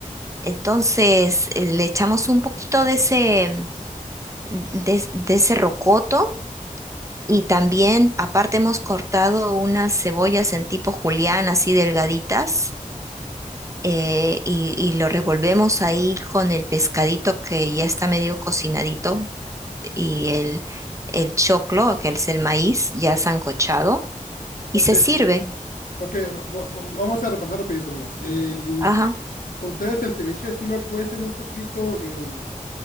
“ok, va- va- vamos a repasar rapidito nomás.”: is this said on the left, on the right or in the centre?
Left